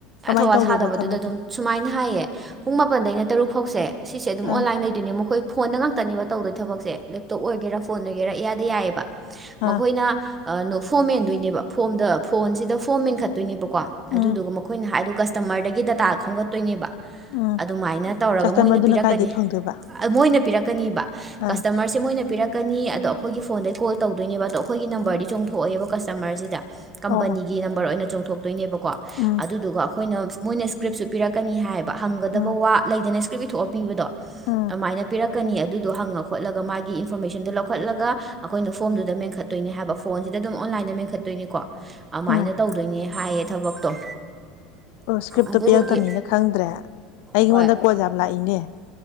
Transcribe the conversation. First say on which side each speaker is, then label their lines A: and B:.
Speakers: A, on the left (about 70°); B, on the right (about 15°).
A: ꯀꯃꯥꯏꯅ
B: ꯊꯧꯋꯥ
A: ꯇꯧꯒꯦꯕ
B: ꯁꯥꯗꯕꯗꯨꯗ
A: ꯊꯕꯛꯇꯣ
B: ꯑꯗꯨꯝ ꯁꯨꯃꯥꯏꯅ ꯍꯥꯏꯌꯦ ꯄꯨꯡ ꯃꯥꯄꯟꯗꯩꯅ ꯇꯔꯨꯛ ꯐꯥꯎꯁꯦ ꯁꯤꯁꯦ ꯑꯗꯨꯝ
A: ꯑꯥ
B: ꯑꯣꯟꯂꯥꯏꯟ ꯂꯩ ꯑꯗꯨꯅꯦ ꯃꯈꯣꯏ ꯐꯣꯟꯗ ꯉꯥꯛꯇꯅꯦꯕ ꯇꯧꯗꯣꯏ ꯊꯕꯛꯁꯦ ꯂꯦꯞꯇꯣꯞ ꯑꯣꯏꯒꯦꯔꯥ ꯐꯣꯟ ꯗꯒꯤꯔ ꯏꯌꯥꯗ ꯌꯥꯏꯌꯦꯕ ꯃꯈꯣꯏꯅ
A: ꯑꯥ
B: ꯐꯣꯝ ꯃꯦꯟꯗꯣꯏꯅꯦꯕ ꯐꯣꯝꯗ ꯐꯣꯟꯁꯤꯗ ꯐꯣꯝ ꯃꯦꯟꯈꯠ ꯇꯣꯏꯅꯦꯕꯀꯣ
A: ꯎꯝ
B: ꯑꯗꯨꯗꯨꯒ ꯃꯈꯣꯏꯅ ꯍꯥꯏꯗꯣ ꯀꯁꯇꯃꯔꯗꯒꯤ ꯗꯇꯥ ꯈꯣꯝꯒꯠꯇꯣꯏꯅꯦꯕ
A: ꯎꯝ
B: ꯑꯗꯨꯃꯥꯏꯅ ꯇꯧꯔꯒ
A: ꯀꯁꯇꯃꯔꯗꯨꯅ
B: ꯃꯣꯏꯅ ꯄꯤꯔꯛꯀꯅꯤ
A: ꯀꯥꯏꯗꯒꯤ ꯐꯪꯗꯣꯏꯕ
B: ꯃꯣꯏꯅ ꯄꯤꯔꯛꯀꯅꯤꯕ ꯀꯁꯇꯃꯔꯁꯦ
A: ꯑꯥ
B: ꯃꯣꯏꯅ ꯄꯤꯔꯛꯀꯅꯤ ꯑꯗꯣ ꯑꯩꯈꯣꯏꯒꯤ ꯐꯣꯟꯗꯩ ꯀꯣꯜ ꯇꯧꯗꯣꯏꯅꯦꯕ ꯑꯗꯣ ꯑꯩꯈꯣꯏꯒꯤ ꯅꯝꯕꯔꯗꯤ ꯆꯣꯡꯊꯣꯛꯑꫭꯏꯕ ꯀꯁꯇꯃꯔꯁꯤꯗ ꯀꯝꯄꯅꯤꯒꯤ
A: ꯑꯣ ꯑꯣ
B: ꯅꯝꯕꯔ ꯑꯣꯏꯅ ꯆꯣꯡꯊꯣꯛꯇꯣꯏꯅꯦꯕꯣ ꯀꯣ
A: ꯎꯝ
B: ꯑꯗꯨꯗꯨꯒ ꯑꯩꯈꯣꯏꯅ ꯃꯣꯏꯅ ꯏꯁꯀ꯭ꯔꯤꯞꯁꯨ ꯄꯤꯔꯛꯀꯅꯤ ꯍꯥꯏꯌꯦꯕ ꯍꯪꯒꯗꯕ
A: ꯎꯝ
B: ꯋꯥ ꯂꯩꯗꯅ ꯄꯤꯕꯤ ꯊꯣꯛꯑ ꯄꯤꯕꯗꯣ
A: ꯎꯝ
B: ꯑꯗꯨꯃꯥꯏꯅ ꯄꯤꯔꯛ ꯀꯅꯤ ꯑꯗꯨꯗꯣ ꯍꯪꯉ ꯈꯣꯠꯂꯒ ꯃꯥꯒꯤ ꯏꯟꯐꯣꯔꯃꯦꯁꯟꯗꯣ ꯂꯧꯈꯠꯂꯒ ꯑꯩꯈꯣꯏꯅ ꯐꯣꯝꯗꯨꯗ ꯃꯦꯟꯈꯠꯇꯣꯏꯅꯤ ꯍꯥꯏꯕ ꯐꯣꯟꯁꯤꯗ ꯑꯗꯨꯝ ꯑꯣꯟꯂꯥꯏꯟꯗ ꯃꯦꯟꯈꯠꯇꯣꯏꯅꯤꯀꯣ ꯑꯗꯨꯃꯥꯏꯅ
A: ꯎꯝ
B: ꯇꯧꯔ ꯗꫭꯏꯅꯦ ꯍꯥꯏꯌꯦ ꯊꯕꯛꯇꯣ
A: ꯑꯣ ꯏꯁꯀ꯭ꯔꯤꯞꯇꯣ
B: ꯑꯗꯨꯗꯨꯒꯤ
A: ꯄꯤꯔꯛꯀꯅꯤꯅ ꯈꯪꯗ꯭ꯔꯦ ꯑꯩꯉꯣꯟꯗ
B: ꯍꯣꯏ
A: ꯀꯣꯜ ꯌꯥꯝ ꯂꯥꯛꯏꯅꯦ